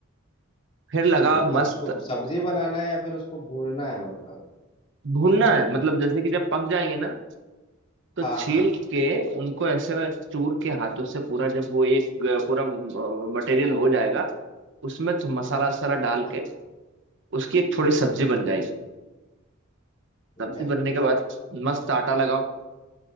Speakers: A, on the right; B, on the left.
A: फिर लगाओ
B: अच्छा मतलब
A: मस्त
B: उसको सब्जी बनाना है या फिर उसको भूनना है मतलब
A: भूनना है मतलब जैसे कि जब पक जाएंगे ना तो
B: हाँ
A: छील
B: हाँ
A: के उनको ऐसे चूर के हाथों से पूरा जब वो एक ग- पूरा मटेरियल हो जाएगा उसमें तो मसाला वसाला डाल
B: हाँ
A: के उसकी एक थोड़ी सब्जी बन जाएगी
B: जी, ठीक
A: सब्जी
B: है
A: बनने के बाद मस्त आटा लगाओ